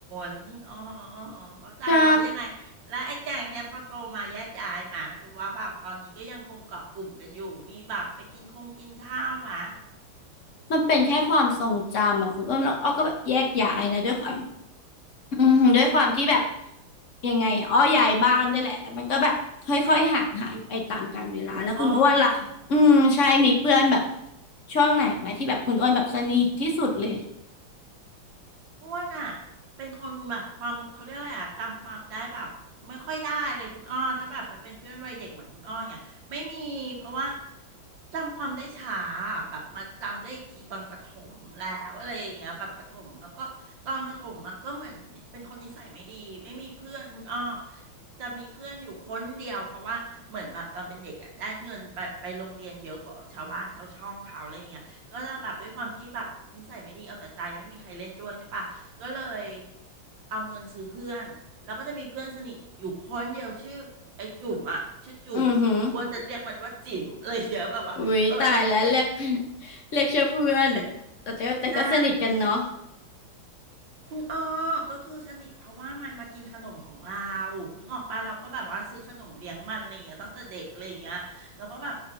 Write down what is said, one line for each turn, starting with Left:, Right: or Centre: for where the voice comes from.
Right: ลอ๋ออออ๋อเข้าใจเรายังไง
Left: ใช่
Right: และไอ้แก๊งเนี่ยพอโตมาแยกย้ายมาหรือว่าแบบตอนนี้ก็ยังคงเกาะกลุ่มกันอยู่มีแบบไปกินคงกินข้าวมา
Left: มันเป็นแค่ความทรงจำอ่ะคุณอ้วนเราอ้อก็แบบแยกย้ายนะด้วยความ
Right: อืม
Left: อืมด้วยความที่แบบยังไงอะอ้อย้ายบ้านด้วยแหละแล้วมันก็แบบค่อยๆห่างหายไปตามกาลเวลาแล้วคุณอ้วนล่ะอืมใช่มีเพื่อนแบบ
Right: อ๋อ
Left: ช่วงไหนไหมที่แบบคุณอ้วนแบบสนิทที่สุดเลย
Right: อ้วนอ่ะเป็นคนแบบความเขาเรียกอะไรอ่ะจำความได้แบบไม่ค่อยได้เลยคุณอ้อถ้าแบบจะเป็นเพื่อนวัยเด็กเหมือนคุณอ้อเนี่ยไม่มีเพราะว่า จำความได้ช้าแบบมาจำได้อีกทีตอนประถมแล้วอะไรอย่างเงี้ยแบบประถมแล้วก็ตอนประถมอะก็เหมือนเป็นคนนิสัยไม่ดีไม่มีเพื่อนคุณอ้อจะมีเพื่อนอยู่คนเดียวเพราะว่าเหมือนแบบตอนเป็นเด็กอะได้เงินไปไปโรงเรียนเยอะกว่าชาวบ้านชาวช่องเขาอะไรอย่างเงี้ยก็จะแบบด้วยความที่แบบนิสัยไม่ดีเอาแต่ใจไม่มีใครเล่นด้วยใช่ปะก็เลยเอาเงินซื้อเพื่อนแล้วก็จะมีเพื่อนสนิทอยู่คนเดียวชื่อไอ้จุ๋มอะชื่อจุ๋มแต่อ้วนจะเรียกมันว่าจิ๋มอะไรอย่างเงี้ยแบบว่า
Left: อือหืออุ้ยตายแล้วเรียก
Right: เอออันเนี้ยก็เป็น
Left: <laughs> เรียกชื่อเพื่อนแต่แต่แต่ก็สนิทกันเนาะ
Right: เป็นใช่คุณอ้อก็คือสนิทเพราะว่ามันมากินขนมของเรานึกออกปะเราก็แบบว่าซื้อขนมเลี้ยงมันอะไรอย่างเงี้ยตั้งแต่เด็กอะไรอย่างเงี้ยแล้วก็แบบ